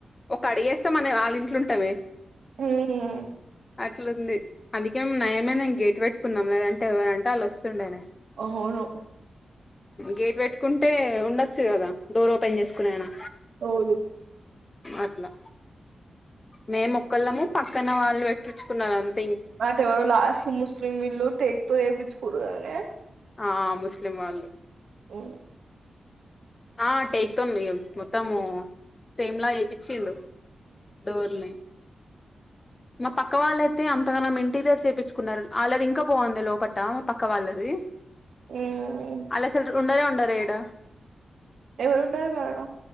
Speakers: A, on the left; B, on the right.
A: ఒక్క అడిగేస్తే మనం వాళ్ళ ఇంట్లుంటామే
B: ఉమ్
A: అట్లుంది అందుకే నయమేనే మేము గేటు పెట్టుకున్నాం లేదంటే ఎవరంటే వాళ్ళు వస్తుండేనే
B: అవును
A: గేట్ పెట్టుకుంటే ఉండొచ్చు కదా డోర్ ఓపెన్ చేసుకునేనా
B: అవును
A: అట్లా మేమోక్కళ్ళము పక్కన వాళ్ళు పెట్టిచ్చుకున్నారంత
B: అట ఎవరు లాస్ట్ ముస్లింల్లు టేక్ తో చెపిచ్చుకున్నారు కదనే
A: ఆ ముస్లిం వాళ్ళు
B: హ్
A: ఆ టేక్తో ఇగ మొత్తము ఫ్రేమ్మ్లా చేపీచ్చిండు డోర్నీ మా పక్క వాళ్ళయితే అంతగానం ఇంటీరియర్ చేపిచ్చుకున్నారు ఆళ్ళది ఇంకా బాగుంది లోపట మా పక్క వాళ్ళది
B: ఉమ్
A: అల్లు అసలు ఉండనే ఉండరూ ఇడ
B: ఎవరు ఉంటారు మాడం